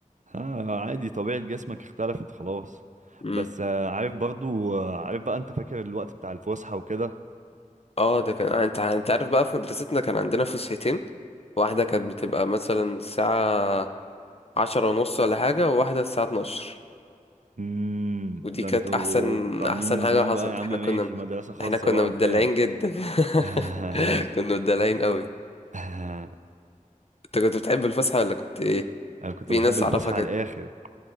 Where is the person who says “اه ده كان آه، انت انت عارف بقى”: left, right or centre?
Left